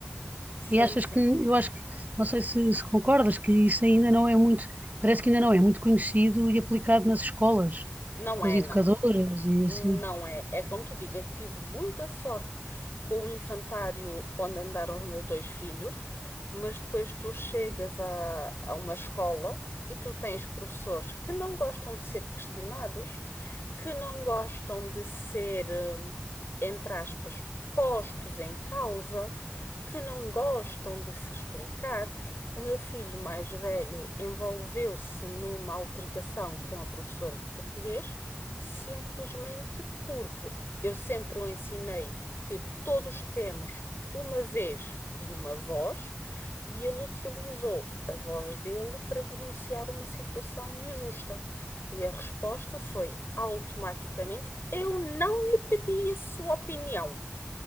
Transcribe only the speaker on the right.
E achas
que, eu acho que, não sei se, se concordas, que isso ainda não é muito, parece que ainda não é muito conhecido e aplicado nas escolas,
com
as educadoras
e
assim.